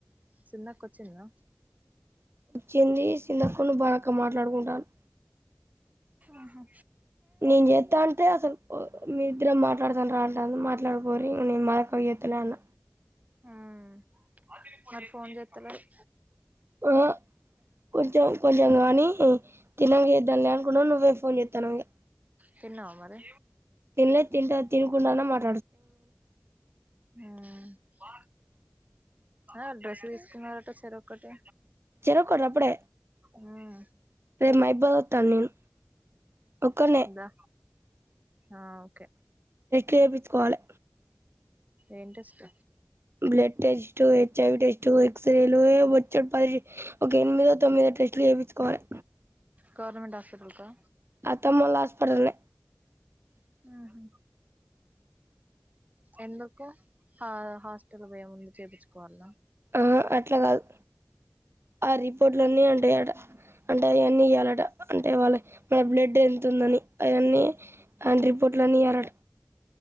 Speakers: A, on the right; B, on the right.
A: చిన్న అక్క వచ్చిందా
B: వచ్చింది చిన్న అక్కవోలు భానుక్క మాట్లాడుకుంటాలు
A: ఆహా
B: నేను చేస్తా అంటే అసలు మీ ఇద్దరం మాట్లాడత రండి రా అంటది మాట్లాడక పోరి నేను మా అక్కకి చేస్తా అన్న
A: ఉమ్ మరి ఫోన్ చేస్త లేడు
B: ఆ కొంచెం కొంచెం గానీ తినాంక చేద్దాంలే అనుకున్న నువ్వే పోన్ చేతానవ్ ఇక
A: తిన్నావా మరి
B: తిన లే తింటా తినకుండానే మాట్లా
A: ఉమ్ ఆ డ్రెస్ తీసుకున్నారంటా చేరో ఒకటి
B: చెరోకటి అప్పుడే
A: మ్మ్
B: రేపు మా ఇబ్బందిస్తాను నేను ఒక్కడినే
A: దా ఆ ఓకే
B: చేయించుకోవాలి
A: ఏం test
B: blood test H I V test ఎక్సరేలు వచ్చే పది ఒక ఎనిమిదో తొమ్మిదో టెస్ట్లు చేపించుకోవాలే
A: గవర్నమెంట్ హాస్పిటల్ కా
B: అత్తమ్మోల హాస్పిటల్నే
A: ఊహు ఎందుకో హాస్టల్ పోముంది చేపిచ్చుకోవాలా
B: ఆహ అట్ల కాదు ఆ రిపోర్ట్లు అన్నీ అంటే అంటే ఇయన్నీ ఇయ్యాలంట అంటే వాళ్ళకి మన బ్లడ్ ఎంంత ఉందని అయన్నీ ఆయన రిపోర్ట్ల అన్నీ ఏరాట